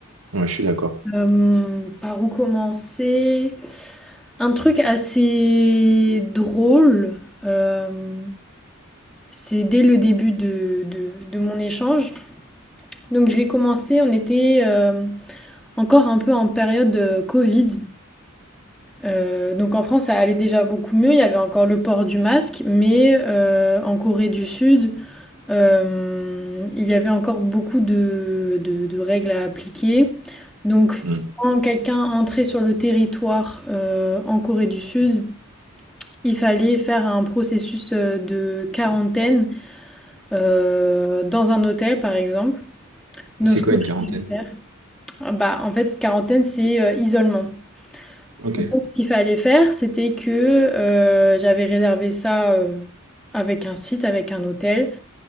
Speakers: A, on the right (about 80°); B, in the centre.
A: Ouais, je suis d'accord.
B: Euh, par où commencer? Un truc assez drôle, euh, c'est dès le début de, de- de mon échange. Donc je l'ai commencé, on était... euh, encore un peu en période euh, Covid. Euh, donc en France, ça allait déjà beaucoup mieux. Il y avait encore le port du masque, mais euh, en Corée du Sud, euh, il y avait encore beaucoup de, de- de règles à appliquer. Donc
A: Mm.
B: quand quelqu'un entrait sur le territoire euh, en Corée du Sud, il fallait faire un processus euh, de quarantaine euh, dans un hôtel, par exemple. Donc
A: C'est
B: ce
A: quoi
B: qu'on
A: une
B: peut
A: quarantaine?
B: faire, ah bah, en fait, quarantaine, c'est euh, isolement.
A: Ok.
B: Donc, ce qu'il fallait faire, c'était que euh, j'avais réservé ça euh, avec un site, avec un hôtel.